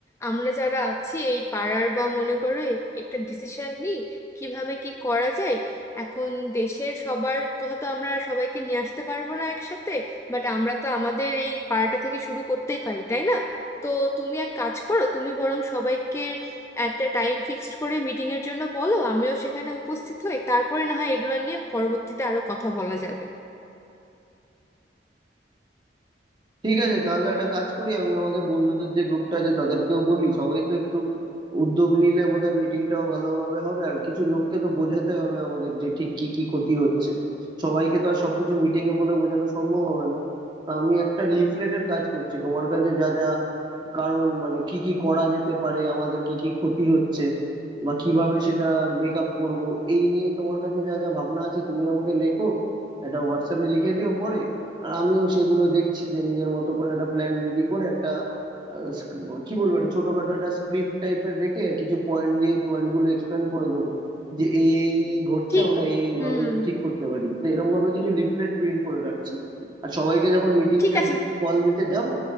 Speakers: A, on the left (about 15°); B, on the right (about 25°).
A: আমরা যারা আছি এই পাড়ার বা মনে করে একটা ডিসিশন নিই কিভাবে কি করা যায় এখন দেশের সবার কথা তো আমরা সবাইকে নিয়ে আসতে পারবো না একসাথে বাট আমরা তো আমাদের এই পাড়াটা থেকে শুরু করতেই পারি তাই না তো তুমি এক কাজ করো তুমি বরং সবাইকে একটা টাইম ফিক্সড করে মিটিং এর জন্য বলো আমিও সেখানে উপস্থিত হই তারপরে না হয় এগুলো নিয়ে পরবর্তীতে আরো কথা বলা যাবে
B: ঠিক আছে তাহলে একটা কাজ করি আমি আমাদের বন্ধুদের যে গ্রুপটা আছে তাদেরকেও বলি সবাই তো একটু উদ্যোগ নিলে বোধহয় মিটিংটাও ভালোভাবে হবে আর কিছু লোককে তো বোঝাতে হবে আমাদের যে ঠিক কি কি ক্ষতি হচ্ছে সবাইকে তো আর সবকিছু মিটিং এ বলে বোঝানো সম্ভব হবে না তা আমি একটা লিফলেটের কাজ করছি তোমার কাছে যা যা কারণ মানে কি কি করা যেতে পারে আমাদের কি কি ক্ষতি হচ্ছে বা কিভাবে সেটা মেকআপ করব এই নিয়ে তোমার কাছে যা যা ভাবনা আছে তুমি আমাকে লেখো এটা হোয়াটসঅ্যাপে লিখে দিও পরে আর আমিও সেগুলো দেখছি যে নিজের মতো করে একটা প্ল্যান রেডি করে একটা আহ, sc- কি বলবো একটা ছোটখাটো একটা স্ক্রিপ্ট টাইপের রেখে কিছু পয়েন্ট দিয়ে পয়েন্ট গুলো এক্সপ্লেন করে দেবো যে এই এই এই ঘটছে
A: ঠিক
B: আমরা এই এই
A: হুম
B: ভাবে ঠিক করতে পারি তো এরকম ভাবে কিছু লিফলেট প্রিন্ট করে রাখছি আর সবাইকে যখন মিটিংটার
A: ঠিক আছে
B: জন্য কল দিতে যাব